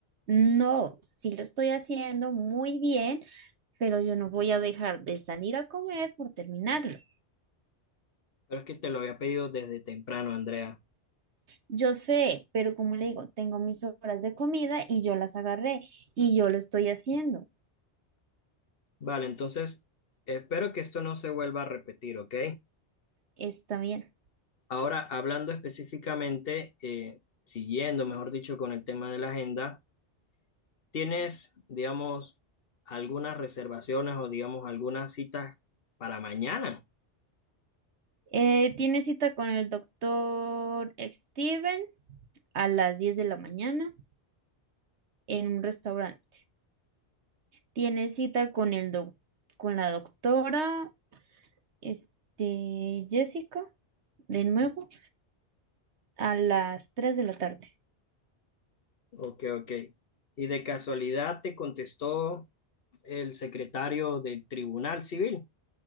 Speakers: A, on the right; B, on the left.
A: No, sí lo estoy haciendo muy bien, pero yo no voy a dejar de salir a comer por terminarlo.
B: Pero es que te lo había pedido desde temprano, Andrea.
A: Yo sé, pero como le digo, tengo mis horas de comida y yo las agarré y yo lo estoy haciendo.
B: Vale, entonces espero que esto no se vuelva a repetir, ¿ok?
A: Está bien.
B: Ahora, hablando específicamente, eh, siguiendo, mejor dicho, con el tema de la agenda, ¿tienes, digamos, algunas reservaciones o, digamos, algunas citas para mañana?
A: Eh, tiene cita con el doctor Steven a las 10 de la mañana en un restaurante. Tiene cita con el doc- con la doctora Este, Jessica, de nuevo, a las 3 de la tarde.
B: Ok, ok. ¿Y de casualidad te contestó el secretario del Tribunal Civil?